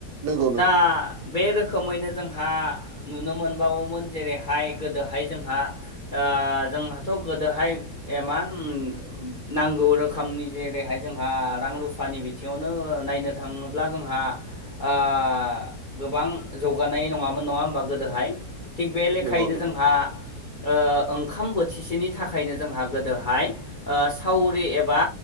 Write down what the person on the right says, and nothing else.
नंगौ
नंगौ नंगौ